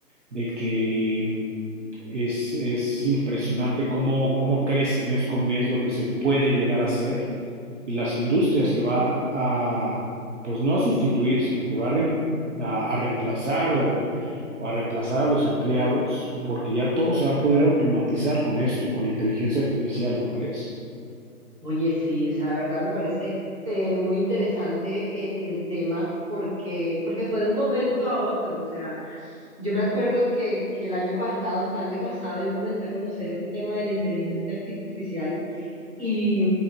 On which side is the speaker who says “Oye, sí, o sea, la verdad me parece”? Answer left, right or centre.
Right